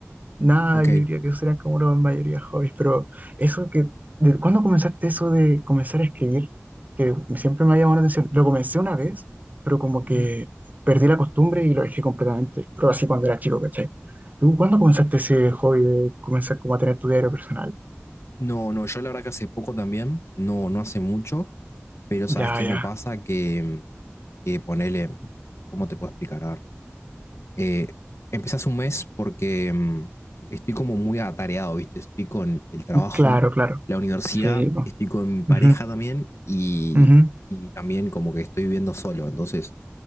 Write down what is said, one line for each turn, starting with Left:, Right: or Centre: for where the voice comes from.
Right: Nada,
Left: Ok.
Right: yo diría que serían como la mayoría hobbies, pero eso que, ¿de cuándo comenzaste eso de comenzar a escribir? Que siempre me ha llamado la atención. Lo comencé una vez, pero como
Left: Ujú.
Right: que perdí la costumbre y lo dejé completamente, pero así cuando era chico, ¿cachai? ¿Tú cuándo comenzaste ese hobby de comenzar como a tener tu diario personal?
Left: No, no, yo la verdad que hace poco también, no, no hace mucho, pero
Right: Ya,
Left: ¿sabes qué
Right: ya,
Left: me pasa? Que, que ponele, ¿cómo te puedo explicar? A ver, eh, empecé hace un mes porque mm, estoy como muy atareado, ¿viste? Estoy con el trabajo,
Right: claro, claro.
Left: la universidad,
Right: Sí, pues.
Left: estoy con mi pareja
Right: Ujú,
Left: también y,
Right: ujú.
Left: y también como que estoy viviendo solo, entonces